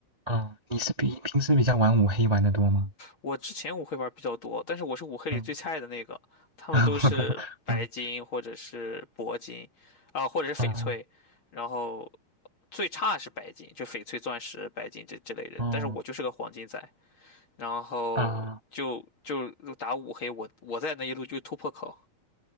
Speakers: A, on the right; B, on the left.
A: 嗯，你是比平时比较玩五黑玩的多吗？
B: 我之前五黑玩儿比较多，但是我是五黑里最菜的那个，
A: 嗯
B: 他们都是白金或者是铂金，
A: <laughs> 嗯
B: 啊、或者是翡翠，
A: 嗯
B: 然后最差是白金，就翡翠、钻石、白金这这类人，
A: 嗯
B: 但是我就是个黄金仔，然后就就打五黑，
A: 啊
B: 我我在那一路就是突破口。